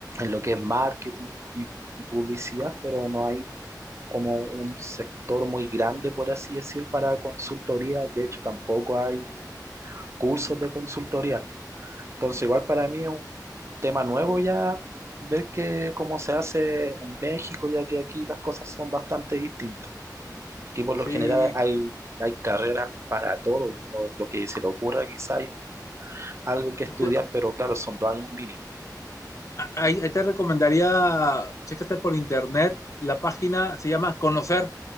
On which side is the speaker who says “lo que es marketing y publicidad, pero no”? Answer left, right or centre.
Right